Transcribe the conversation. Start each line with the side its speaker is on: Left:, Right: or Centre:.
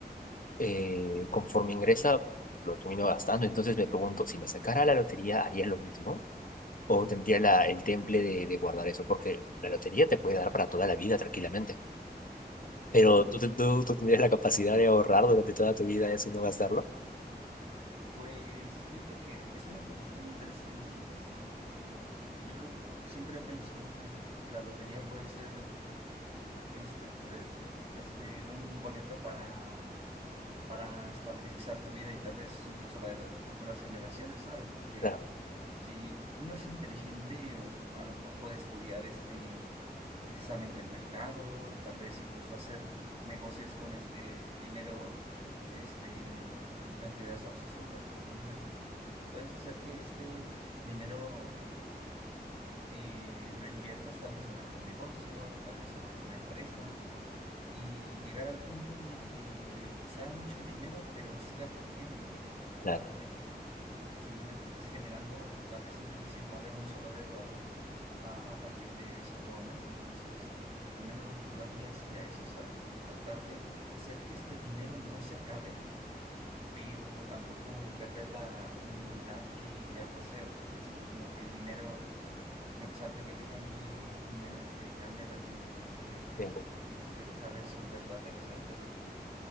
Left: Eh, conforme ingresa, lo termino gastando. Entonces me pregunto, si me sacara la lotería, ¿haría lo mismo? ¿O tendría la, el temple de, de guardar eso? Porque la lotería te puede dar para toda la vida tranquilamente. Pero
Right: claro
Left: tú, te- tú, tú tendrías la capacidad de ahorrar durante toda tu vida eso y no gastarlo.
Right: Pues fíjate que es una pregunta muy interesante y, y yo creo, siempre he pensado que la lotería puede ser este, pre- este, un boleto para, para estabilizar tu vida y tal vez incluso la de las futuras generaciones, ¿sabes? Porque
Left: Claro,
Right: si uno es inteligente, o a lo mejor puede estudiar este, precisamente el mercado, tal vez incluso hacer negocios con este dinero este, en cantidades absurdas. Entonces... Puedes hacer que este dinero eh, lo inviertas tal vez en algún negocio, tal vez en alguna empresa, y llegar al punto en el que sea mucho dinero, pero siga fluyendo, a
Left: claro.
Right: grado de que eh, simplemente estés generando, tal vez incluso sin mover un solo dedo a, a partir de cierto momento. Entonces, al menos lo que yo haría sería eso, ¿sabes? Tratar de hacer que este dinero no se acabe pero tampoco perder la humildad que ya poseo, porque siento como que el dinero, a pesar de que digan que el dinero este, cambia a la gente, creo que
Left: Bien.
Right: dicen que deja ver su verdadero ser, pero